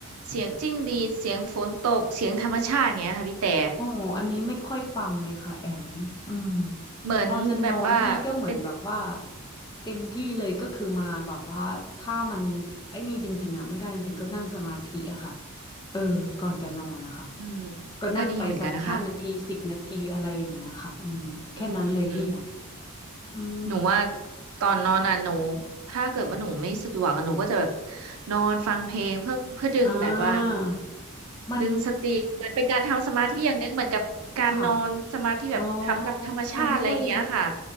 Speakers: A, on the right; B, on the left.
A: เสียงจิ้งหรีดเสียงฝนตกเสียงธรรมชาติอย่างเงี้ยค่ะพี่แต่
B: โอ้อันนี้ไม่ค่อยฟังเลยค่ะแอมอืม
A: เหมือนแบบว่าเป็น
B: พอจะนอนพี่ก็เหมือนแบบว่าเต็มที่เลยก็คือมาแบบว่าถ้ามันไอ้นี่จริงๆอ่ะไม่ได้จริงๆก็นั่งสมาธิอะค่ะเออก่อนจะนอนนะคะ
A: อืม
B: ก็นั่งไปสักห้านาทีสิบนาทีอะไรอย่างเงี้ยค่ะอืมแค่นั้นเลยพี่อ่ะ
A: ก็ดีเหมือนกันนะคะอืมอืม
B: อืม
A: หนูว่าตอนนอนน่ะหนู
B: ค่ะ
A: ถ้าเกิดว่าหนูไม่สะดวกอะหนูก็จะแบบนอนฟังเพลงเพื่อเพื่อดึงแบบว่า
B: อ่ามัน
A: ดึงสติเหมือนเป็นการทำสมาธิอย่างหนึงเหมือนกับการนอนสมาธิแบบทำกับธรรมชาติอะไรอย่างเงี้ยค่ะ
B: ค่ะอ๋อมันช่วย